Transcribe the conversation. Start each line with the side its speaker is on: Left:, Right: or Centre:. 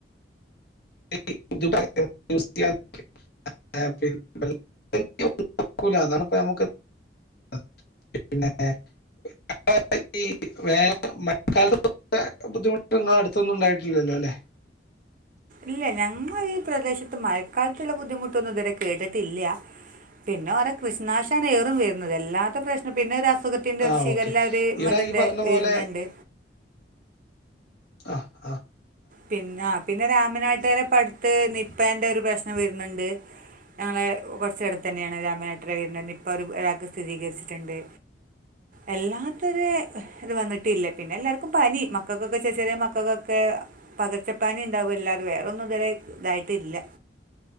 Left: <inaudible>
Right: ഇല്ല ഞങ്ങ ഈ പ്രദേശത്ത് മഴക്കാൽത്ത്ള്ള ബുദ്ധിമുട്ടൊന്നും ഇത് വരെ കേട്ടിട്ടില്യാ പിന്നെ ഓരോ കൃഷി നശാണ് ഏറി വരുന്നത് അല്ലാതെ പ്രശ്ന പിന്നെ രാ പ്പൊതക്കോ
Left: ആ
Right: ഷിഗല്ലാത്
Left: ഓക്കെ ഇവിടെ
Right: മറ്റേൻ്റെ
Left: ഈ പറഞ്ഞ
Right: വര്ന്ന്ണ്ട്
Left: പോലെ ആഹ് ആഹ്
Right: പിന്ന പിന്നെ രാമനാട്ടുകാരുടെ പ്പടുത്ത് നിപ്പെന്റെ ഒരു പ്രശ്നം വരുന്ന്ണ്ട് ഞങ്ങടെ കൊറച്ചെടുത്തന്നെയാണ് രാമനാട്ടുകരയിൽ നിപ്പ ഒര് ഒരാൾക്ക് സ്ഥിതീകരിച്ചിട്ട്ണ്ട് അല്ലാത്തൊരു ഹ് ഇത് വന്നിട്ടില്ല പിന്നെ എല്ലാർക്കും പനി മക്കൊക്കെ ചെ ചെറിയ മക്കൊക്കെ പകർച്ചപനി ഇണ്ടാവുല്ലാതെ വേറെ ഒന്നും ഇതുവരെ ഇതായിട്ടില്ല